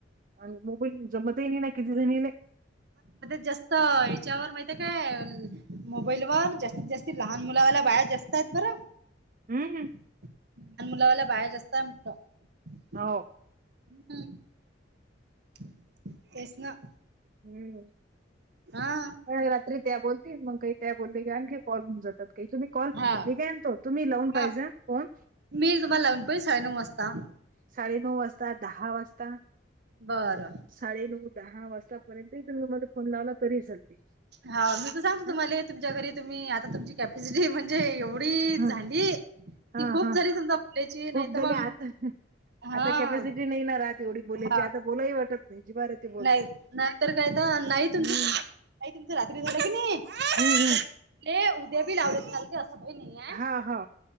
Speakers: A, on the right; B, on the right.
A: आणि मग पण जमता येईल ना किती जण येलेय.
B: अ जास्त हच्यावर माहिित काय? मोबाईल वर जास्तीत जास्ती लहान मुलावाला बाया जास्त आहेत बरं.
A: हम्म
B: लहान मुलावाला बाया जास्त म्हटत.
A: हो
B: हम् तेच ना
A: हम्म
B: हा
A: का रात्री त्या बोलतील मग काही त्या बोलले घे आणखी कॉल होऊन जातात काही तुम्ही कॉल
B: हा
A: मी कायतो तुम्ही लावून पाहिजे
B: हा
A: कोण
B: मी तुम्हाला लावून पई साडेनऊ वाजता.
A: साडेनऊ वाजता दहा वाजता
B: बरं
A: साडे नऊ दहा वाजतापर्यंतही तुम्ही मध्ये फोन लावला तरी चालते.
B: हा मी तर सांगतो तुम्हाला
A: हा
B: तुमच्या घरी तुम्ही आता तुमची कॅपॅसिटी म्हणजे एथोडी झाली.
A: हा हा
B: कि खूप
A: हा
B: झाली समजा आपल्याची नाही
A: खूप
B: तर
A: झाले
B: मग
A: आता
B: हा
A: आता कॅपॅसिटी नाही ना राहत एवढी बोलायची
B: हा
A: आता बोलाही वाटत नाही. बोलून
B: नाही नाहीतर कायत नाही तुम
A: हम्म
B: आई तुमचं रात्री झालं की नाही
A: हम्म हम्म
B: ले उद्या बी लावले <unintelligible> नाही आहे.
A: हा हा